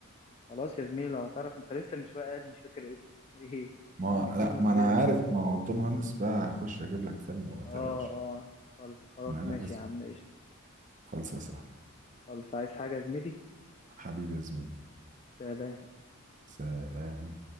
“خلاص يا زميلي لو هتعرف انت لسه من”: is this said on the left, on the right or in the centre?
Left